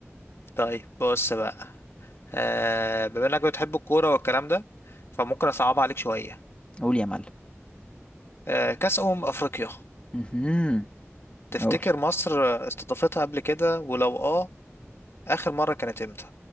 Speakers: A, on the left (about 60°); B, on the left (about 25°).
A: طيب بص بقى آه بما انك بتحب الكوره والكلام ده فممكن اصعب عليك شويه
B: قول يا معلم
A: آه كاس امم افريقيا
B: مهم.
A: تفتكر
B: قول
A: مصر استضافتها قبل كده ولو اه اخر مره كانت امتى